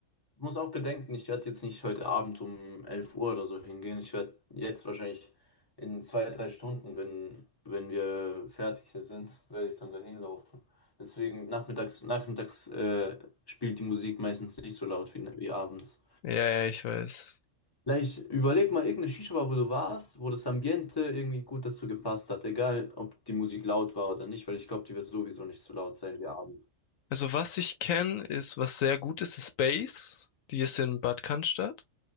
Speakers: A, on the left (about 20°); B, on the left (about 85°).
A: musst auch bedenken, ich werde jetzt nicht heute Abend um 11 Uhr oder so hingehen. Ich werde jetzt wahrscheinlich in zwei, drei Stunden, wenn, wenn wir fertig hier sind, werde ich dann dahin laufen. Deswegen nachmittags, nachmittags äh, spielt die Musik meistens nicht so laut wie, wie abends.
B: Ja, ja, ich weiß.
A: Vielleicht überleg mal irgendeine Shisha-Bar, wo du warst, wo das Ambiente irgendwie gut dazu gepasst hat. Egal, ob die Musik laut war oder nicht, weil ich glaube, die wird sowieso nicht so laut sein wie abends.
B: Also was ich kenne, ist, was sehr gut ist, ist Base. Die ist in Bad Cannstatt.